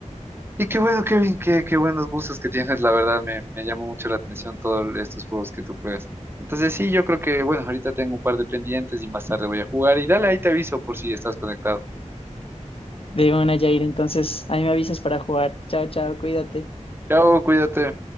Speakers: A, on the right; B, on the left.
A: Y qué bueno, Kevin, qué, qué buenos gustos que tienes, la verdad, me, me llamó mucho la atención todos estos juegos que tú juegas. Entonces sí, yo creo que, bueno, ahorita tengo un par de pendientes y más tarde voy a jugar y dale, ahí te aviso por si estás conectado.
B: De una, Jair, entonces ahí me avisas para jugar. Chao, chao, cuídate.
A: Chao, cuídate.